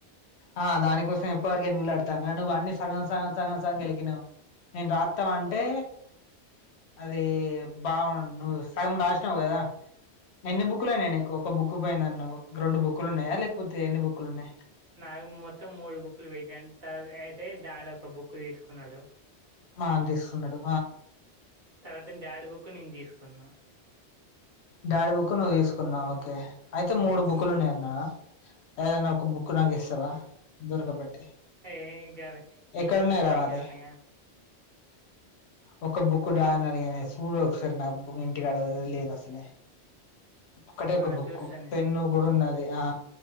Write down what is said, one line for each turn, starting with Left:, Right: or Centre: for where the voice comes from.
Left: ఆ దానికోసమే ఇప్పటివరకే ఎతుకులాడుతున్నా నువ్వు అన్ని సగం సగం ‌సగం గెలికిినావు నేను రాత్తాం అంటే అది బావుండు నువ్వు సగం రాసినావు కదా ఎన్ని బుక్ లయినాయి నీకు ఒక బుక్ పోయిందన్నవు రెండు బుక్ లు ఉన్నాయా లేకపోతే ఎన్ని బుక్ లుఉన్నాయి
Right: నాకు మొత్తం మూడు బుక్లు పెట్ట తర్వాత అయితే డాడీ ఒక బుక్ తీసుకున్నాడు
Left: మా నాన తీసుకుంటడు
Right: తర్వాత డాడీ బుక్ నేను తీసుకున్నా
Left: డాడి బుక్ నువ్వు తీసుకున్నావు ఓకే అయితే మూడు
Right: హ్మ్
Left: బుక్కులు ఉన్నాయన్న ఏదనా ఒక బుక్ నాకు ఇస్తావా దొరకబట్టి
Right: ఏం కాదు
Left: ఎక్కడున్నాయి
Right: ఎగ్జామ్స్ ఉన్నాయి
Left: రా మరి
Right: గా అన్నయా
Left: ఒక బుక్ రా అనడిగానే చూడు ఒకసారి నా బు ఇంటికాడ వదిలె అసలే ఒక్కటే ఒక
Right: ఆ
Left: బుక్
Right: చూస్తా నేను
Left: పెన్ను కూడా ఉన్నాది ఆ